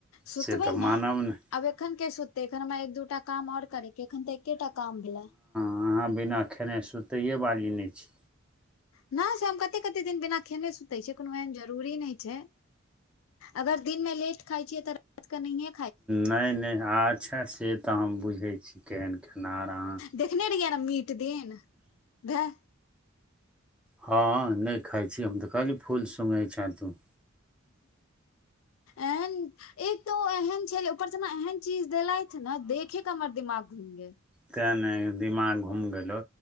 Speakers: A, on the left; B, in the centre.
A: सुतबै
B: से तऽ मानब
A: नै
B: नहि
A: आब एखन के सुततै एखन हमरा एक दूटा काम और करै एखन तऽ एकेटा काम भेला।
B: अहा बिना खेने सुतैए बाली नै छी।
A: न से हम कते कते दिन बिना खेने सुते छी कोनो एहन जरूरी नै छै। अगर दिन में लेट खाइ छियै तऽ रातक नैहे
B: नै नै अच्छा से त हम बुझे छी केहन खेनहार अहाँ
A: देखने रहियै ने मीत दिन भए।
B: हँ नै खाइ छै हम तऽ कहलिय फूल सुंघै छै तू।
A: एहन एक त एहन छलै ऊपरस ओ एहन चीज देलै थ ना देखे क हमर दिमाग घुमिगेल।
B: त ने दिमाग घुम गेलो